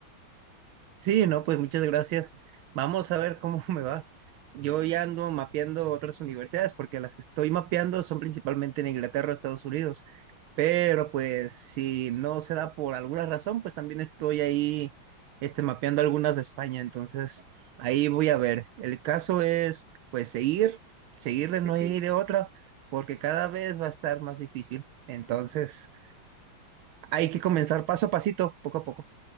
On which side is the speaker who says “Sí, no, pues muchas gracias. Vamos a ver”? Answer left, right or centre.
Right